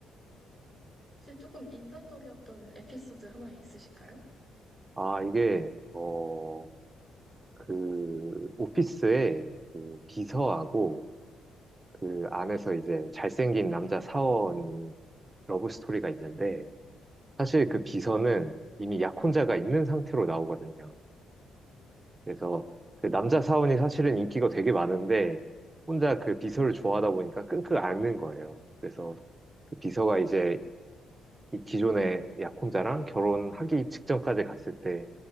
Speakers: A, in the centre; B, on the right.
A: 혹시 조금 인상적이었던 에피소드 하나 있으신가요?
B: 아, 이게, 어, 그, 오피스에 그 비서하고 그 안에서 이제 잘생긴 남자 사원 러브 스토리가 있는데 사실 그 비서는 이미 약혼자가 있는 상태로 나오거든요. 그래서 그 남자 사원이 사실은 인기가 되게 많은데 혼자 그 비서를 좋아하다 보니까 끙끙 앓는 거예요. 그래서 그 비서가 이제 이 기존의 약혼자랑 결혼하기 직전까지 갔을 때